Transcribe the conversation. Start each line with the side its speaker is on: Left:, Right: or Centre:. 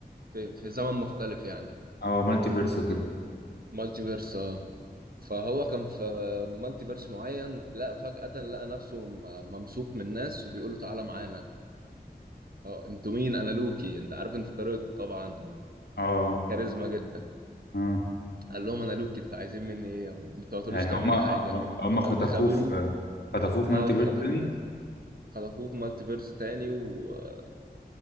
Right: في, في زمن مختلف يعني
Left: اه مالتي فيرس وكده
Right: مالتي فيرس اه فهو كان في مالتي فيرس معين لا فجأة لقى نفسه م- ممسوك من ناس وبيقولوا تعالى معانا اه انتوا مين انا لوكي انت عارف انت طريقته طبعا
Left: اه
Right: كاريزما جدا
Left: اه
Right: قال لهم انا لوكي انت عايزين مني ايه وما تقعدولوش
Left: يعني
Right: تعمل
Left: هما
Right: لي حاجه
Left: هم هم
Right: آه،
Left: خطفوه
Right: خدوه
Left: في خطفوه في مالتي
Right: اه
Left: فيرس
Right: خطفوه
Left: تاني
Right: خطفوه في مالتي فيرس تاني ومع